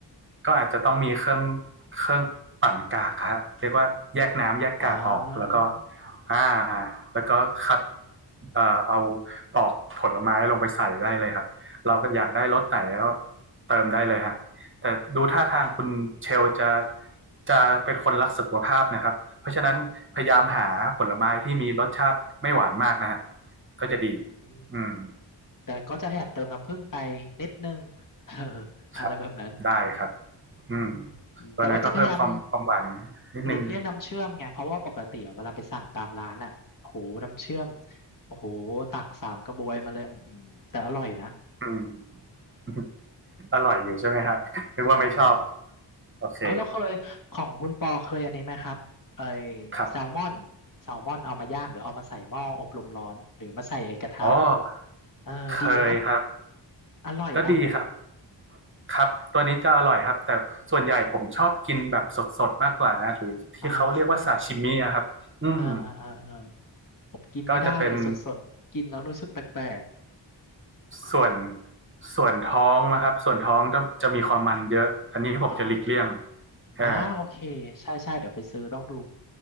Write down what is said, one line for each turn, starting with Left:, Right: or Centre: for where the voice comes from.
Right: ก็อาจจะต้องมีเครื่องเครื่องปั่นกากฮะเรียกว่าแยกน้ำแยกกากออกแล้วก็
Left: อ่า
Right: อ่าแล้วก็คัดเอ่อเอาปอกผลไม้ลงไปใส่ได้เลยครับเราก็อยากได้รสไหนก็เติมได้เลยฮะแต่ดูท่าทางคุณเชลจะ
Left: อืม
Right: จะเป็นคนรักสุขภาพนะครับเพราะฉะนั้นพยายามหาผลไม้ที่มีรสชาติไม่หวานมากนะฮะก็จะดี
Left: อืม
Right: อืม
Left: แต่ก็จะแอบเติมน้ำผึ้งไปนิดนึง <laughs> เอออะไรแบบนั้น
Right: ครับได้ครับ อืม
Left: อืมแต่ว่าจะพยายาม
Right: ตัวนั้นก็เพิ่มความความหวานนิดนึง
Left: หลีกเลี่ยงน้ำเชื่อมไงเพราะว่าปกติอะเวลาไปสั่งตามร้านอ่ะโอ้โหน้ำเชื่อมโอ้โหตักสามกระบวยมาเลยอื้อหือแต่อร่อยนะ
Right: อืม <laughs> อร่อยอยู่ใช่ไหมครับนึกว่าไม่ชอบ
Left: ใช่
Right: โอเค
Left: เออแล้วเคยของคุณปอเคยอันนี้ไหมครับไอ
Right: ครับ
Left: แซลมอนแซลมอนเอามาย่างหรือเอามาใส่หม้ออบลมร้อนหรือมาใส่ไอกระทะ
Right: อ๋อ
Left: เออดีไหม
Right: เคยครับ
Left: อร่อยป่ะ
Right: ก็ดีครับครับ ตัวนี้จะอร่อยครับแต่ส่วนใหญ่ผมชอบกินแบบสดๆมากกว่านะหรือที่เขาเรียกว่าซาชิมิอะครับอืม
Left: อ้าวอ่าอ่าอ่า ผมกินไม่ได้เลย
Right: ก็จะเป็น
Left: <laughs> สดๆกินแล้วรู้สึกแปลก
Right: ส่วนส่วนท้องนะครับส่วนท้องจะจะมีความมันเยอะ อันนี้ผมจะหลีกเลี่ยง
Left: ๆอ่า
Right: เอ่อ
Left: อ่าโอเคใช่ใช่เดี๋ยวไปซื้อต้องดู